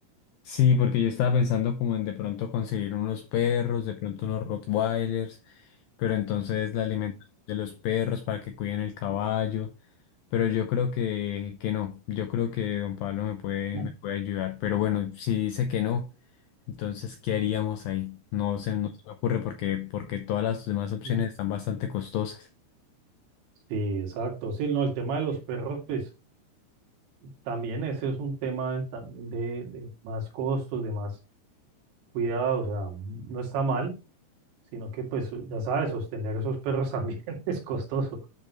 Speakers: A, on the left; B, on the right.
A: Sí, porque yo estaba pensando como en de pronto conseguir unos perros, de pronto unos Rottweilers, pero entonces la alimentación de los perros para que cuiden el caballo. Pero yo creo que, que no, yo creo que don Pablo me puede,
B: <clears throat>
A: me puede ayudar. Pero bueno, si dice que no. Entonces, ¿qué haríamos ahí? No se, no se me ocurre porque, porque todas las demás opciones
B: Mm,
A: están bastante costosas.
B: Sí, exacto. Sí, no, el tema de los perros, pues también ese es un tema también de, de más costos, de más cuidado. O sea, mm, no está mal, sino que pues ya sabes, sostener esos perros también <laughs> es costoso.